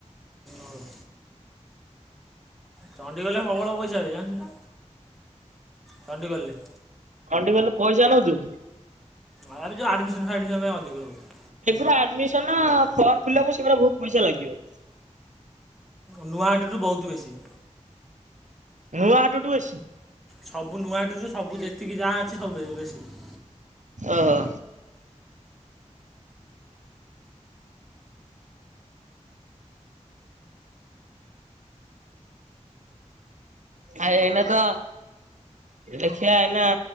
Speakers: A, in the centre; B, on the right (about 80°).
A: ଓହୋ ଚଣ୍ଡିଖୋଲୋରେ <unintelligible> ପଇସା ବେ ଜାଣିଛୁ ନା? ଚଣ୍ଡିଖୋଲରେ
B: ଚଣ୍ଡିଖୋଲୋରେ ପଇସା ନେଉଛନ୍ତି?
A: ଆଡେ ଯୋଉ ଆଡ଼ିମିସନ୍ ଫାଡିମିସନ୍ ପାଇଁ ଅଧିକ ହଉ
B: ଏଗୁରା ଆଡିମିସନ୍ ଫର୍ମ ଫିଲପ୍ ସେଗୁରା ବହୁତ ପଇସା ଲାଗିବ।
A: ନୂଆହାଟ ରୁ ବହୁତ୍ ବେଶୀ।
B: ନୁଆ ହାଟ ଟୁ ବେଶୀ
A: ସବୁ ନୂଆହାଟ ରୁ ସବୁ ଯେତିକି ଯାହା ଅଛି ସବ୍ ବେ ସବୁ ବେଶୀ।
B: ଓହୋ। ଆ ଏଇନେ ତ ଦେଖିଆ ଏଇନା